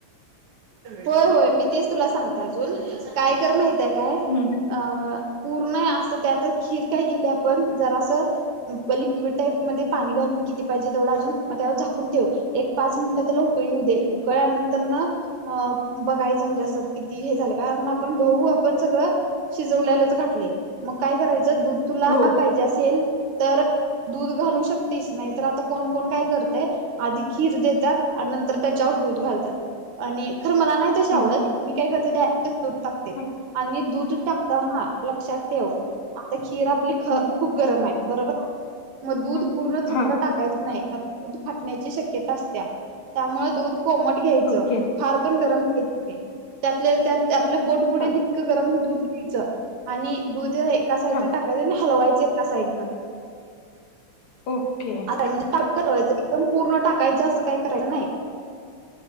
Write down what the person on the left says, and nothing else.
हम्म,
हो
ओके
हां
हां
हां
हां
ओके
हां
हां
ओके